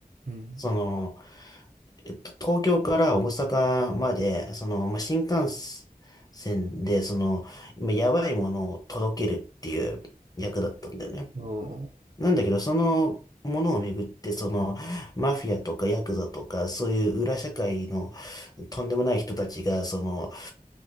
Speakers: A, on the right (about 55°); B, on the left (about 25°).
A: うん。
B: その、えっと、東京から大阪まで、その、まあ、新幹線で、その、今、やばいものを届けるっていう役だったんだよね。
A: おー
B: なんだけど、そのものをめぐって、その、マフィアとかヤクザとか、そういう裏社会のとんでもない人たちが、その、